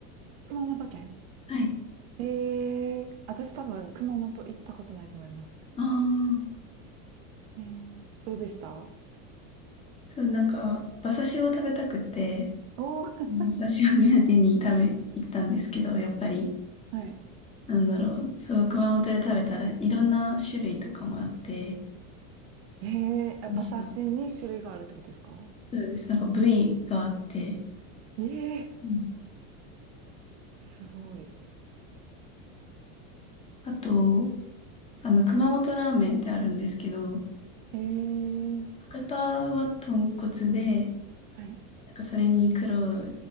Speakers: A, on the right (about 50°); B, on the left (about 15°).
A: 熊本県。
B: はい。
A: えー、私多分熊本行ったことないと思います。
B: ああ、
A: えー、どうでした
B: そう、なんか、馬刺しを食べたくて、
A: おー、
B: バ馬シ刺しを目当てに食べ、行ったんですけど、やっぱり、
A: はい。
B: なんだろう、そう、熊本で食べたらいろんな種類とかもあって、
A: えー、あ馬刺しに種類があるってことですか
B: 美味しかった。そうです。なんか部位があって、
A: えー、
B: うん。
A: すごい。
B: あと、あの、熊本ラーメンってあるんですけど、
A: えー、
B: 博多は豚骨で、
A: はい、
B: なんかそれに黒